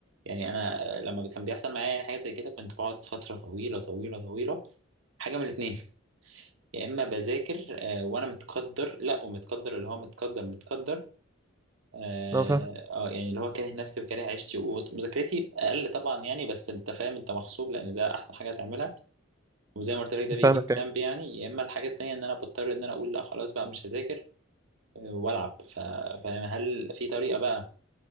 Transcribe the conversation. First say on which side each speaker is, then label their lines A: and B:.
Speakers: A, on the right; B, on the right.
A: يعني انا لما كان بيحصل معايا يعني حاجه زي كده كنت بقعد فتره طويله طويله طويله حاجه من الاثنين يا اما بذاكر آه، وانا متقدر لا ومتقدر اللي هو متقدر متقدر اه
B: اه فاهم
A: آه، يعني اللي هو كاره نفسي وكاره عيشتي ومذاكرتي اقل طبعا يعني بس انت فاهم انت مغصوب لان ده احسن حاجه تعملها وزي ما قلت لك ده بيجيب
B: فاهمك يعني
A: ذنب يعني يا اما الحاجه التانيه ان انا بضطر ان انا اقول لا خلاص بقى مش هذاكر آه، والعب ف- فاهم هل في طريقه بقى